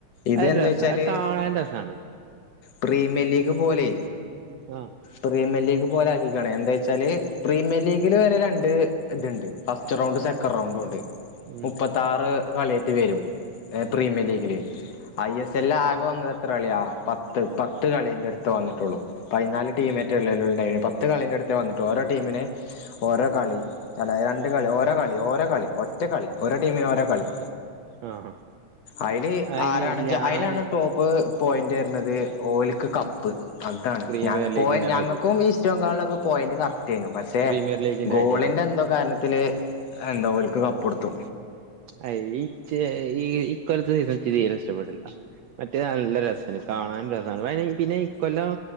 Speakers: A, on the left; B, on the right.
A: ഇത്
B: അ
A: എന്താ
B: രസ
A: വെച്ചാല്
B: കാണാൻ രസമാണ്
A: പ്രീമിയർ ലീഗ് പോലെ
B: ആഹ്
A: പ്രീമിയർ ലീഗ് പോലെ ആക്ക എന്താ വെച്ചാല് പ്രീമിയർ ലീഗില് വരെ രണ്ട് ഇത്ണ്ട് ഫസ്റ്റ് റൗണ്ട് സെക്കൻറ് റൗണ്ടും ഉണ്ട്
B: ഉം
A: മുപ്പത്താറ് കളിയറ്റ് വരും പ്രീമിയർ ലീഗില് ഐ എസ് എല്ല ആകെ വന്നത് എത്ര കളിയാ പത്ത് പത്ത് കളിൻറ അടുത്ത് വന്നിട്ടുള്ളൂ പതിനാല് ടീം മറ്റ് ഉള്ളല്ല ഇണ്ടായേ പത്ത് കളിൻ്റ അടുത്ത് വന്നിട്ട് ഓരോ ടീമിനെ ഓരോ കളി അല്ല രണ്ട് കളി ഓരോ കളി ഓരോ കളി ഒറ്റ കളി ഓരോ ടീമിനും ഓരോ കളി
B: ആഹ്
A: അതില്
B: അയിന്
A: ആരാണ്
B: ഞാന്
A: ആയിലാണ് ടോപ്പ് പോയിന്റ് വരുന്നത് ഓലിക്ക് കപ്പ് അതാണ്
B: പ്രീമിയർ
A: ഞ
B: ലീഗിന്റെ
A: പോയിൻറ്
B: മാതിരി
A: ഞങ്ങൾക്കും ഈസ്റ്റ് ബംഗാളിലൊ പോയിന്റ് കറക്റ്റ് ചെയ്യുനു പക്ഷെ
B: പ്രീമിയർ ലീഗിന്റെ
A: ഗോളിന്റെ
B: മാതിരിയാ
A: എന്തോ കാരണ ത്തിൽ എന്താ ഓലക്ക് കപ്പ് കൊടുത്തു
B: ഈ ഈ ഇക്കാലത്ത് ഇത് നിക്ക് തീരെ ഇഷ്ടപെട്ടില്ല മറ്റേ നല്ല രസാണ് കാണാനും രസാണ് പിന്നെ ഇക്കൊല്ലം